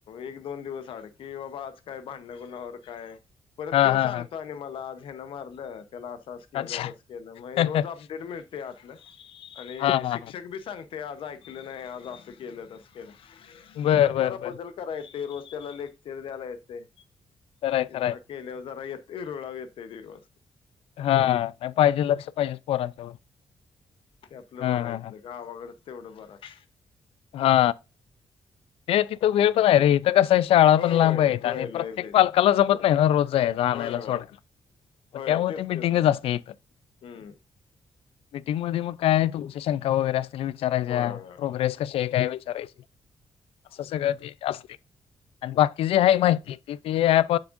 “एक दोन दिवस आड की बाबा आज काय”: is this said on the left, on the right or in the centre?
Left